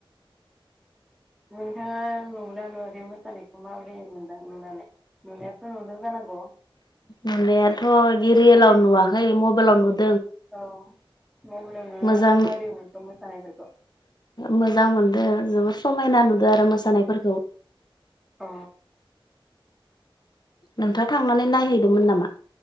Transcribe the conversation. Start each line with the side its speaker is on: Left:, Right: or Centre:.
Centre: नोंथाङा नुदोंना नुवाखै मोसानायखौ माबोरै <inaudible> नुनानै नुनायाथ' नुदों जानांगौ।
Left: मोननायाथ'
Centre: मोसानायखौ
Left: रियेलाव नुवाखै मबाइलाव नुदों।
Centre: औ मबेलाव नुनानै
Left: मोजां
Centre: माबोरै मोनखो मोसानायफोरखौ
Left: मोजां मोनदों जबोर समायना नुदों आरो मोसानायफोरखौ
Centre: अ
Left: नोंथाङा थांनानै नायहैदोंमोन नामा